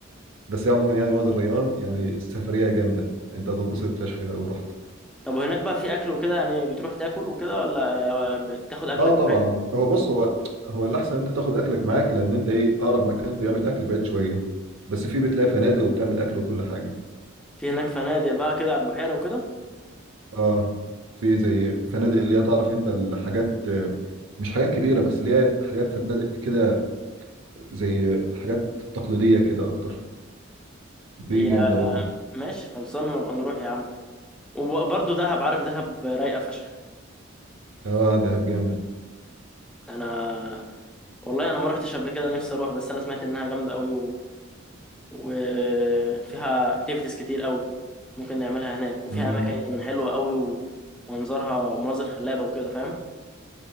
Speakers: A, on the right; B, in the centre.
A: بس هي عموما يعني وادي الريان يعني سفريه جامده انت هتتبسط فشخ لو رحت
B: طب وهناك بقى في اكل وكده يعني بتروح تاكل وكده ولا آه، بتاخد اكلك
A: اه طبعا هو بص هو هو الاحسن انت تاخد اكلك معاك لان انت ايه اقرب مكان بيعمل اكل بعيد شويه بس في بتلاقي فنادق وبتعمل اكل وكل حاجه
B: في هناك فنادق بقى كده على البحيرة وكده
A: اه في زي فنادق اللي هي تعرف انت الحاجات آه، مش حاجات كبيرة بس اللي هي حاجات فنادق كده زي حاجات تقليدية كده اكتر دي
B: هي
A: جامدة برضه
B: ماشي خلصانة نبقى نروح يا عم وبرضه دهب عارف دهب رايقة فشخ
A: اه دهب جامدة
B: انا والله انا ما رحتش قبل كده نفسي اروح بس انا سمعت انها جامدة قوي وفيها اكتيفيتيز كتير قوي ممكن نعملها هناك وفيها
A: امم
B: اماكن حلوه قوي ومنظرها مناظر خلابه وكده فاهم